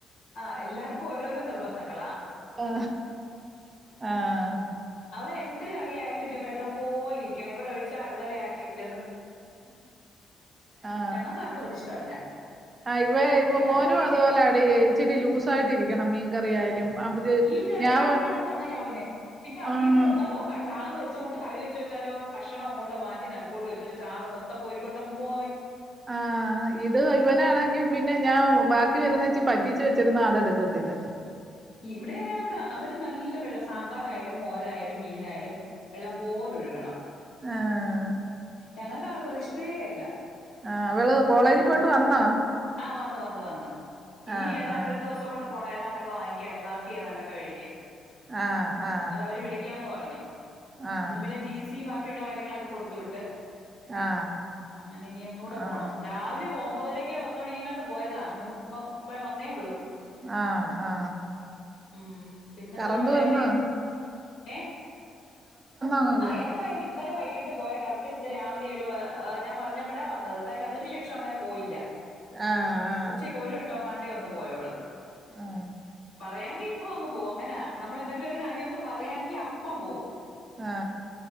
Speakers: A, on the left (about 80°); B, on the right (about 35°).
A: ആ എല്ലാവർക്കും ഓരോരോ നിർബന്ധങ്ങള
B: ആ ആ
A: അവൻ എന്തര കറിയായാലും ഇല്ല വെള്ളം പോലെ ഇരിക്കണം ഇവിടെ ഒഴിച്ച അടുതലെ ആറ്റി വിട്ട
B: ആ ആ
A: ഞങ്ങൾക്ക് ആർക്കും അത് ഇഷ്ടമല്ല
B: ആ ഇവ
A: ഞങ്ങൾക്കൊക്കെ
B: മോനും
A: ഇച്ചിരി
B: അതുപോലെ ആടി ഇച്ചിരി ലൂസായിട്ടിരിക്കണം മീൻ കറി ആയാലും അത്
A: ഈ ചെറ
B: ഞാൻ
A: ഈ പിള്ളേർക്ക് അങ്ങനെ അവൻ പിന്നെ അതീന്ന്
B: ആഹ്
A: അതോ ക ചാറ് വെച് അച്ചങ്ങോട്ട് കറി വെച്ച വെച്ചാലോ കഷ്ണംങ്ങോട്ടോ മാറ്റി വച്ചിട്ട് ചാർ മൊത്തം കോരിക്കൊണ്ടങ്ങു പോകുവൻ
B: ആ ഇത് ഇവനാണെങ്കി പിന്നെ ഞാൻ ബാക്കി വരുന്നച്ചി പറ്റീച്ച് വെച്ചിരുന്ന അതെടു ക്കത്തില്ല
A: ഇവിടെ അതണക്ക അവന് നല്ല വെള്ളം സാമ്പാറയാലും മോരായാലും മീനായാലും വെള്ളം പോലെ ഒഴുകണം
B: ആ
A: ഞങ്ങൾക്കാർക്കും അത് ഇഷ്ടേ അല്ല
B: ആ അവള് കോളേജിൽ
A: അമ്മ
B: പോയിട്ട് വന്നാ
A: ആ വന്ന് വന്ന് വന്ന് ഇനി
B: ആ
A: ഏതാണ്ട്
B: ആ
A: ഒരു ദിവസം കൂടെ പോണം ഏതാണ്ടൊക്ക വാങ്ങാാന് ബാക്കി ഏതാണ്ടൊക്കെേടിക്കൻ
B: ആ ആ
A: അത അവര് വിളിക്കാന്ന് പറഞ്ഞഞ്
B: ആ
A: ഇന്ന് പിന്നെ ടി സിയ ബാക്കി കാര്യങ്ങളൊക്കെ കൊടുത്ത വിട്ട്
B: ആ
A: അങ്ങനെ ഇനി ഒന്ന കൂടെ
B: ആ
A: പോണം രാവിലെ പോകുമ്പോ മുപ്പമ്പതരക്കെ പത്ത മണി എങ്ങാട്ട് പോയതാ മൂ ഇപ്പം ഇ വന്നേ ഉള്ളൂ
B: ആ ആ
A: ഉം പിന്നെന്തോണ്ട്
B: കറണ്ട്
A: വേറെ
B: വന്നോ
A: ഏ
B: അങ്ങക്ക്
A: ആ എന്തായാലും ഇന്നലെ വൈ കിട്ട് പോയ കറണ്ട് ഇന്ന് രാവിലെ ഒരു ഞാൻ പറഞ്ഞപ്പെടാൻ വന്നത് എന്തായാലും അതിനു ശേഷം അങ്ങനെ പോയില്ല
B: ആ ആ
A: ഉച്ചക്ക് ഒരു വട്ടംങ്ങാണ്ടേ ഒന്ന് പോയോുള്ളു
B: ആ
A: പറയാങ്കി അപ്പ അങ്ങ് പോകും അങ്ങനെ നമ്മളെന്തെങ്കിലും ഒരു കാര്യം ഒന്ന് പറയാെങ്കി അപ്പം പോവും
B: ആ